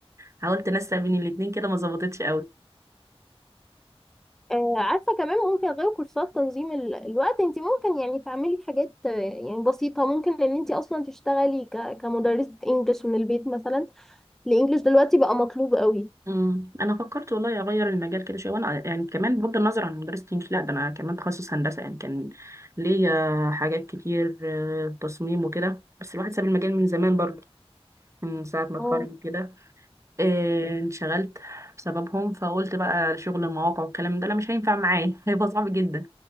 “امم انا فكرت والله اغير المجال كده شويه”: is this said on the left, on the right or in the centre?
Right